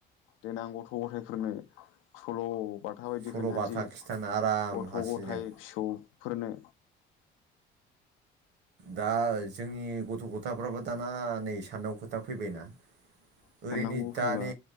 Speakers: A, on the left; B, on the right.
A: देनां गथ' गथायफोरनो सल' बाथा बायदि
B: सल'बाथा
A: खोन्थानोसै
B: खिथानो आराम
A: गथ'
B: हारसिंजों
A: ग'थाइ फिसौफोरनो।
B: दा जोंनि गथ' गथाफ्राबो दाना नै सान्नांगौ खोथा फैबायना
A: साननांगौ
B: ओरैनो
A: फैबा
B: दानि